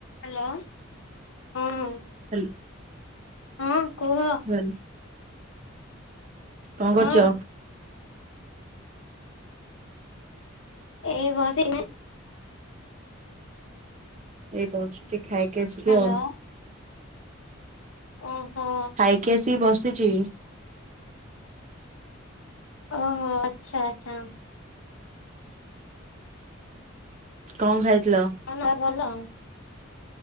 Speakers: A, on the left; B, on the right.
A: Hello ହୁଁ
B: hello
A: ହଁ କୁହ
B: <inaudible> <unintelligible> କଣ କରୁଛ?
A: ହଁ ଏଇ ବସିକିନା
B: ଏଇ ବସଛି ଖାଇକି ଆସିକି
A: ହ୍ୟାଲୋ।
B: ଆଉ
A: ଓହୋ
B: ଖାଇକି ଆସିକି ବସିଚି।
A: ଓହୋ ଆଚ୍ଛା ଆଚ୍ଛା
B: କଣ ଖାଇଥିଲ?
A: ତମ ଦେହ ଭଲ।